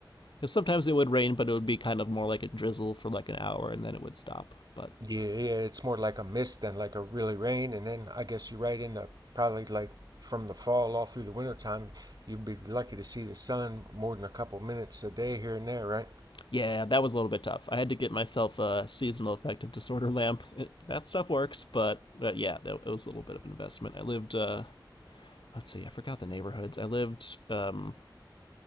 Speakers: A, on the left; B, on the right.
A: because sometimes it would rain, but it would be kind of more like a drizzle for like an hour and then it would stop. But
B: Yeah, yeah, it's more like a mist than like a really rain. And then I guess you're right in the probably like from the fall all through the wintertime, you'd be lucky to see the sun more than a couple minutes a day here and there, right?
A: yeah, that was a little bit tough. I had to get myself a seasonal affective disorder lamp. It, that stuff works, but, but yeah, that, it was a little bit of an investment. I lived uh, let's see, I forgot the neighborhoods. I lived um,